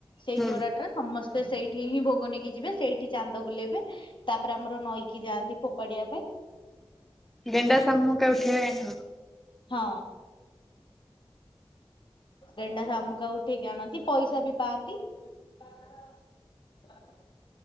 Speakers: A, on the left; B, in the centre.
A: ସେଇ
B: ହୁଁ
A: ଚୋରାଟାରେ ସମସ୍ତେ ସେ ସେଇଠି ହିଁ ଭୋଗନେଇକି ଯିବେ। ସେଇଠି ଚାନ୍ଦ ବୁଲେଇବେ। ତାପରେ ଆମର ନଈକି ଯାଆନ୍ତି ଫୋପାଡିଆ ପାଇଁ।
B: ଗେଣ୍ଡା ସାମୁକା ଉଠେଇ ଆଣିବ।
A: ହଁ। ଗେଣ୍ଡା ଶାମୁକା ଉଠେଇକି ଆଣନ୍ତି ପଇସା ବି ପାଆନ୍ତି। ହ <inaudible>